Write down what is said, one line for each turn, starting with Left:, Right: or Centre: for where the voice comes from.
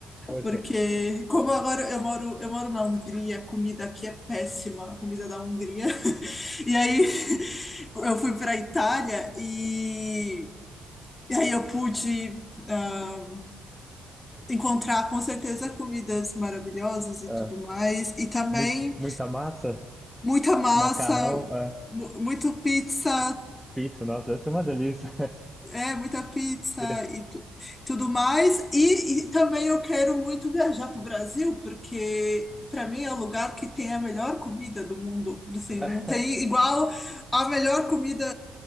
Centre: Poxa,
Left: Porque como agora eu moro, eu moro na Hungria, a comida aqui é péssima, a comida da Hungria. E aí <laughs> eu fui para Itália e E aí eu pude ah, encontrar com certeza comidas maravilhosas e
Centre: é,
Left: tudo mais. E também
Centre: mui- muita massa,
Left: muita massa,
Centre: macarrão, é,
Left: mu- muito pizza,
Centre: pizza, nossa, deve ser uma delícia. <laughs>
Left: É, muita pizza
Centre: Diria-
Left: e tu- tudo mais. E, e também eu quero muito viajar para o Brasil, porque para mim é o lugar que tem a melhor comida do mundo. Assim,
Centre: <laughs>
Left: não tem igual a melhor comida,